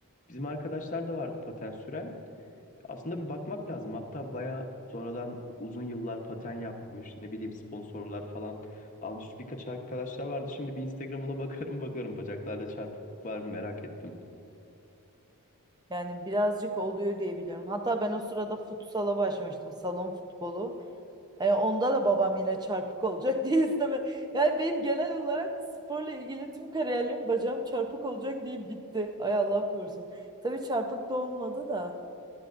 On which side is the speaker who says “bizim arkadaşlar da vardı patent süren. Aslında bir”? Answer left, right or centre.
Left